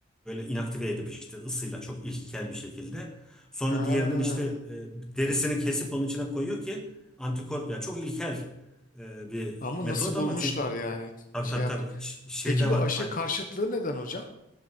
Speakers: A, in the centre; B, on the left.
A: böyle inaktive edip işte ısıyla çok ilkel bir şekilde. Sonra
B: Ha.
A: diğerinin işte e, derisini kesip onun içine koyuyor ki antikor ya çok ilkel e, bir
B: Ama
A: metot
B: nasıl bulmuşlar
A: ama çünkü
B: yani
A: tabii
B: şey
A: tabii
B: yap.
A: tabii ş- şey
B: Peki
A: de
B: bu
A: var.
B: aşı
A: Hay-
B: karşıtlığı neden hocam?